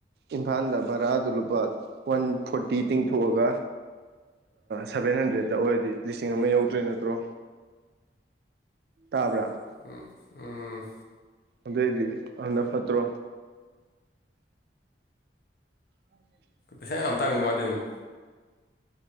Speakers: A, on the right; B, on the left.
A: ꯏꯝꯐꯥꯜꯗ ꯚꯔꯥꯗꯨ ꯂꯨꯄꯥ ꯋꯥꯟ ꯐꯣꯔꯇꯤ ꯇꯤꯡꯊꯣꯛꯑꯒ ꯁꯚꯦꯟ ꯍꯟꯗ꯭ꯔꯦꯗꯠꯇ ꯑꯣꯏꯔꯗꯤ ꯂꯤꯁꯤꯡ ꯑꯃ ꯌꯧꯗ꯭ꯔꯦ ꯅꯠꯇ꯭ꯔꯣ ꯇꯥꯕ꯭ꯔꯥ
B: ꯎꯝ ꯎꯝ
A: ꯑꯗꯨꯗꯏꯗꯤ ꯑꯅ ꯐꯠꯇ꯭ꯔꯣ ꯑꯗꯨ
B: ꯄꯩꯁꯥ ꯌꯥꯝ ꯇꯥꯡꯅꯤꯡꯅ ꯀꯃꯥꯏ ꯇꯧꯔꯤꯅꯤ